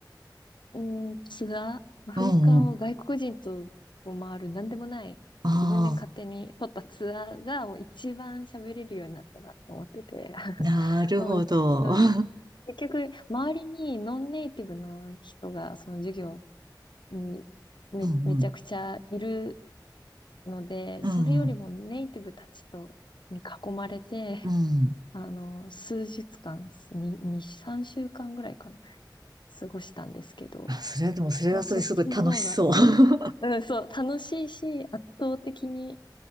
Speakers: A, on the left; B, on the right.
A: うーん、ツアー、アフリカを外国人とこう回る、
B: うん、うん、
A: なんでもない、
B: あ
A: 自分で勝手に取ったツアーが、もう一番喋れるようになったなと思ってて、<laughs>
B: あ、なるほど。
A: もう、そう、
B: <laughs>
A: 結局、周りにノンネイティブの人が、その授業にめ、
B: うんうん。
A: めちゃくちゃいるので、
B: うん。
A: それよりもネイティブたちと、に囲まれて、
B: うん。
A: <laughs> あの、数日間、に、2、3週間ぐらいかな、過ごしたんですけど、
B: あ、それでも、それはそれすごい楽しそう。
A: そ、そっちの方が、
B: <laughs>
A: うん、そう、楽しいし、圧倒的に